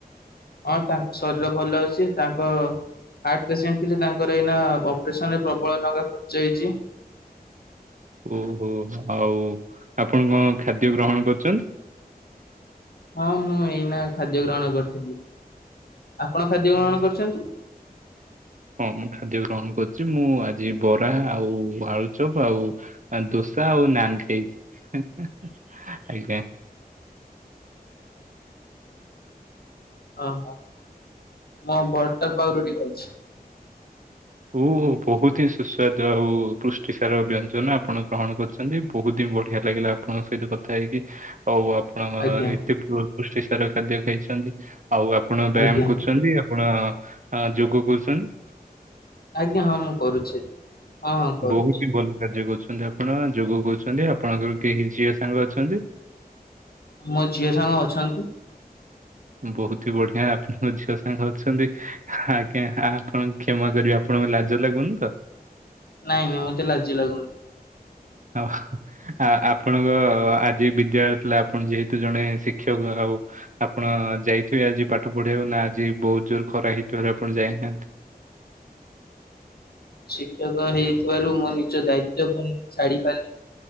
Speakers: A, on the left (about 75°); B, on the right (about 55°).
A: ହଁ ତାଙ୍କ ଶରୀର ଭଲ ଅଛି ତାଙ୍କ ହାର୍ଟ ପେସେଣ୍ଟ ଥିଲେ ତାଙ୍କର ଏଇନା ଅପରେସନ ରେ ପ୍ରବଳ ଟଙ୍କା ଖର୍ଚ୍ଚ ହେଇଚି।
B: ଓହୋ ଆଉ ଆପଣ କଣ ଖାଦ୍ୟ ଗ୍ରହଣ କରୁଚନ୍ତି।
A: ହଁ ମୁଁ ଏଇନା ଖାଦ୍ୟ ଗ୍ରହଣ କରିଥିଲି। ଆପଣ ଖାଦ୍ୟ ଗ୍ରହଣ କରିଚନ୍ତି?
B: ହଁ। ହଁ ମୁଁ ଖାଦ୍ୟ ଗ୍ରହଣ କରୁଚି। ମୁଁ ଆଜି ବରା ଆଉ ଆଳୁଚପ ଆଉ ଦୋସା ଆଉ ନାନ୍ ଖାଇଚି ଆଜ୍ଞା।
A: ଓହୋ ମୁଁ ବଟର ପାଉରୁଟି ଖାଇଚି।
B: ଓ ବୋହୁତ ହିଁ ସୁସ୍ୱାଦ ଆଉ ପୃଷ୍ଟି ସାର ବ୍ୟଞ୍ଜନ ଆପଣ ଗ୍ରହଣ କରୁଚ ନ୍ତି ବୋହୁତ ହିଁ ବଢିଆ ଲାଗିଲା ଆପଣଙ୍କ ସହିତ କଥା ହେଇକି ଆଉ ଆ ଣ
A: ଆଜ୍ଞା
B: ଏତେ ପୃ-ପୃଷ୍ଟି ସାର ଖାଦ୍ୟ ଖାଇଚନ୍ତି। ଆଉ ଆପଣ ବ୍ୟାୟାମ
A: ଆଜ୍ଞା
B: କରୁଚନ୍ତି ଆ ଆପଣ ଯୋଗ କରୁଚନ୍ତି?
A: ଆଜ୍ଞା ହଁ ମୁଁ କରୁଚି ହଁ କରୁଚି।
B: ବହୁତ ଭଲ କାର୍ଯ୍ୟ କରୁଚନ୍ତି ଆପଣ ଯୋଗ କରୁଚନ୍ତି। ଆପଣଙ୍କର କେହି ଝିଅ ସାଙ୍ଗ ଅଛନ୍ତି?
A: ମୋ ଝିଅ ସାଙ୍ଗ ଅଛନ୍ତି।
B: ବୋହୁତହି ବଢିଆ ଆପଣଙ୍କ ଝିଅ ସାଙ୍ଗ ଅଛନ୍ତି ଆଜ୍ଞା ଆପଣ ଝି କ୍ଷମା କରିବେ ଆପଣଙ୍କୁ ଲାଜ ଲାଗୁନି ତ?
A: ନାଇଁ ନାଇଁ ମତେ ଲଜଜି ଲାଗୁନ୍।
B: ଆଉ ଆ ଆପଣଙ୍କ ଆଜି ବିଦ୍ୟାଳୟ ଥିଲା ଆପଣ ଯେହେତୁ ଜଣେ ଶିକ୍ଷକ ଆଉ‌ ଆପଣ ଯାଇଥିବେ ଆଜି ପାଠ ପଢେଆକୁ ନା ଆଜି ବୋହୁତ ଜୋର ଖରା ହେଇଥିବାରୁ ଆପଣ ଯାଇନାହାନ୍ତି?
A: ଶିକ୍ଷକ ହେଇଥିବାରୁ ମୁଁ ନିଜ ଦାୟିତ୍ୱକୁ ଛାଡି ପାରିଲି